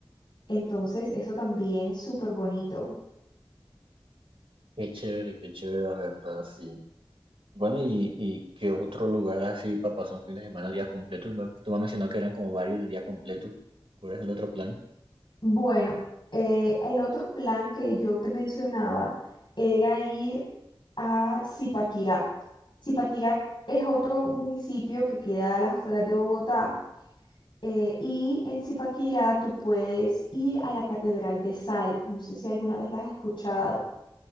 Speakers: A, on the left; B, on the right.
A: Entonces eso también es súper bonito.
B: Qué chévere, qué chévere, la verdad, sí. Bueno, ¿y, y qué otro lugar así para pasar un fin de semana, día completo? Me- Tú me has mencionado que eran como varios de día completo. ¿Cuál es el otro plan?
A: Bueno, eh, el otro plan que yo te mencionaba era ir a Zipaquirá. Zipaquirá es otro municipio que queda a las afueras de Bogotá eh, y en Zipaquirá tú puedes ir a la Catedral de Sal. No sé si alguna vez la has escuchado.